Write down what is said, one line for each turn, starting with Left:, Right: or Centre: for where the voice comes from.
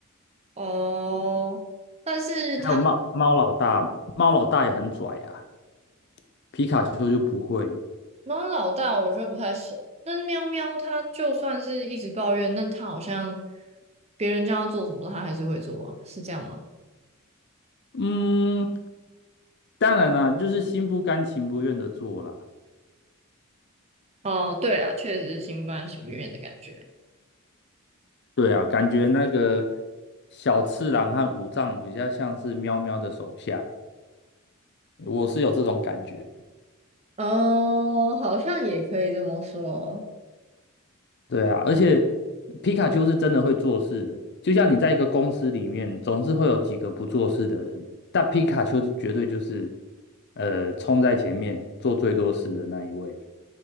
Right: 哦，但是他
Left: 还有猫猫老大，猫老大也很拽啊，皮卡丘就不会。
Right: 猫老大我就不太熟。但是喵喵它就算是一直抱怨，但它好像别人叫它做什么，它还是会做啊，是这样吗？
Left: 嗯，当然啦，就是心不甘情不愿的做啦。
Right: 哦，对啊，确实是心不甘情不愿的感觉。
Left: 对啊，感觉那个小次郎和武藏比较像是喵喵的手下，我是有这种感觉。
Right: 哦，好像也可以这么说。
Left: 对啊，而且皮卡丘是真的会做事的，就像你在一个公司里面，总是会有几个不做事的人，但皮卡丘是绝对就是，呃，冲在前面做最多事的那一位。